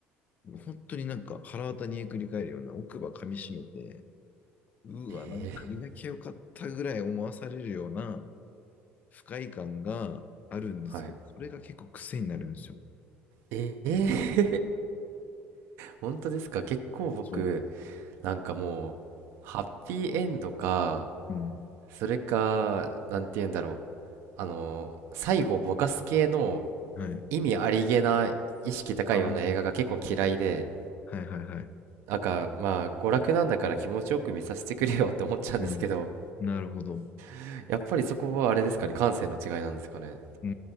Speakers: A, on the left; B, on the right.
A: ん、本当になんか腹渡にえくり返るような奥歯噛みしめて、うわ、
B: え
A: なんか磨きゃよかったぐらい思わされるような不快感があるんですけど、
B: ー、はい
A: それが結構癖になるんですよ。
B: ええ本当ですか結構僕
A: そう。
B: なんかもうハッピーエンドか
A: うん。
B: それかなんて言うんだろうあの最後ぼかす系の
A: はい。
B: 意味ありげな意識高いような映画が結構嫌いで、
A: ああ。はいはいはい。
B: なんかまあ娯楽なんだから気持ちよく見させてくれよって思っちゃうんですけど、
A: うん。なるほど。
B: <laughs> やっぱりそこはあれですかね、感性の違いなんですかね。
A: うー